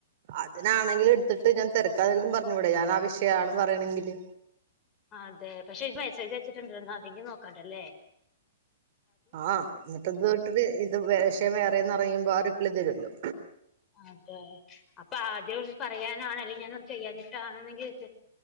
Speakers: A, on the right; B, on the left.
A: അതിനാെങ്കിലും എടുത്തിട്ട് ഞാൻ തിരക്കാ എങ്കിലും പറഞ്ഞുടെ ഞാൻ ആ വിഷയ ആണ് പറയണെങ്കില്
B: അതെ പക്ഷെ മെസ്സേജ് അയച്ചിട്ടുണ്ടന്ന് അതെങ്കും നോക്കാണ്ടല്ലേ
A: ആഹ് എന്നിട്ട് ഇത് തൊട്ട് ഇത് വിേഷം വേറെന്നറയുമ്പോ ആ റിപ്ലൈ തരുല്ലോ
B: അതെ അപ്പൊ ആദ്യം ഓല് പറയാനാണ് അല്ലെ ഞാനും ചെയ്യാനിട്ടാണെന്നെങ്കിൽ